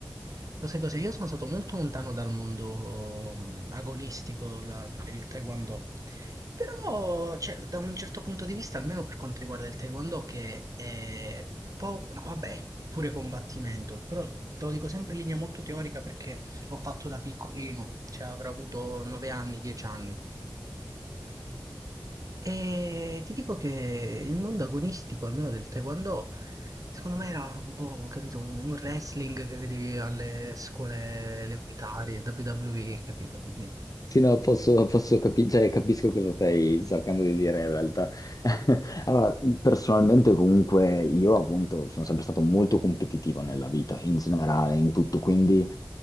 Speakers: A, on the right; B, on the left.
A: lo sai cosa, io sono stato molto lontano dal mondo mh, agonistico da- per il Taekwondo, però, cioè, da un certo punto di vista, almeno per quanto riguarda il Taekwondo, che è poco, no, vabbè, pure combattimento, però te lo dico sempre in linea molto teorica perché l'ho fatto da piccolino, cioè avrò avuto 9 anni, 10 anni. E ti dico che il mondo agonistico, almeno del Taekwondo, secondo me era un po', capito, un un wrestling che vedevi alle scuole elementari, WWE, capito? Quindi,
B: Sì, no, posso, posso capi- cioè, capisco cosa stai cercando di dire in realtà. <laughs> Allora, personalmente comunque io appunto sono sempre stato molto competitivo nella vita, in generale, in tutto, quindi